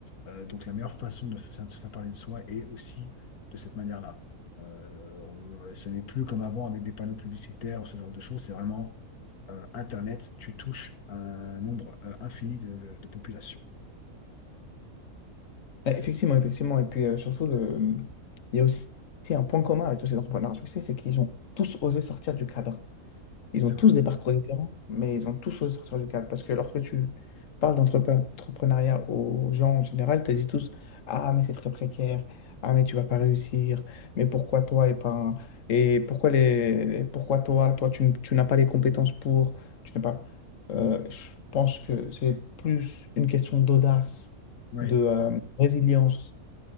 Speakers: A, on the left; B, on the left.
A: Euh, donc la meilleure façon de, f- de se faire parler de soi est aussi de cette manière-là. Euh, on- ce n'est plus comme avant avec des panneaux publicitaires ou ce genre de choses, c'est vraiment euh, Internet, tu touches un nombre euh, infini de, de populations.
B: Bah, Effectivement, effectivement. Et puis euh, surtout, le... il y a aussi un point commun avec tous ces entrepreneurs à succès, c'est qu'ils ont tous osé sortir du cadre. Ils
A: C'est
B: ont tous
A: vrai.
B: des parcours différents, mais ils ont tous choisi de sortir du cadre. Parce que lorsque tu parles d'entrepreneuriat aux gens en général, ils te disent tous, Ah, mais c'est très précaire. Ah, mais tu vas pas réussir. Mais pourquoi toi et pas... un- Et pourquoi les... pourquoi toi? Toi, tu, n- tu n'as pas les compétences pour... Tu n'as pas... Euh, je pense que c'est plus une question d'audace,
A: Ouais.
B: de euh, résilience,